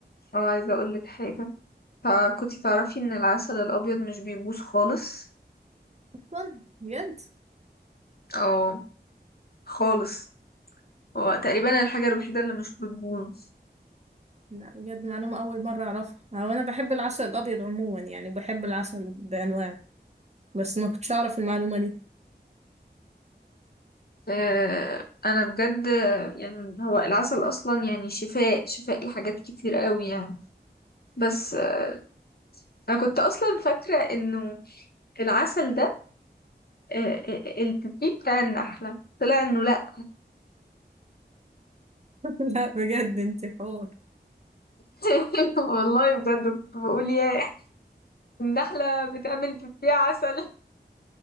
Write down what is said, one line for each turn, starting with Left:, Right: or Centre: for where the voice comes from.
Left: اه عايزة اقولك حاجة تع- كنتي تعرفي ان العسل الابيض مش بيبوظ خالص
Right: اصلا بجد
Left: اه خالص هو تقريبا الحاجة الوحيدة اللي مش بتبوظ
Right: لا بجد معلومة اول مرة اعرفها هو انا بحب العسل الابيض عموما يعني بحب العسل بانواعه بس ما كنتش اعرف المعلومة دي
Left: آه انا بجد يعني هو العسل اصلا يعني شفاء شفاء لحاجات كتير قوي يعني بس آه، انا كنت اصلا فاكرة انه العسل ده آه، آه، آه، البيبي بتاع النحلة طلع انه لا
Right: <laughs> لا بجد انت حور
Left: <laughs> والله بجد كنت بقول يا النحلة بتعمل فيه عسل